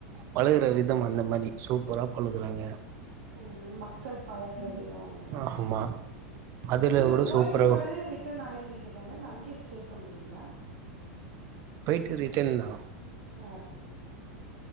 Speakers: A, on the right (about 40°); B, on the right (about 60°).
A: பலகுற விதம் அந்த மாரி சூப்பரா பலகுறாங்க
B: ம் மக்கள் பலகுற விதோ அந்த மாரி
A: ஆமா மதுரைல
B: நீங்க
A: கூட
B: போயிட்டு
A: சூப்பரா
B: ஒடனே ரிட்டன் ஆயிடுவீங்க தான இல்ல அங்கியே ஸ்டே பண்ணுவீங்களா
A: போய்ட்டு ரிட்டன் தா
B: ஆ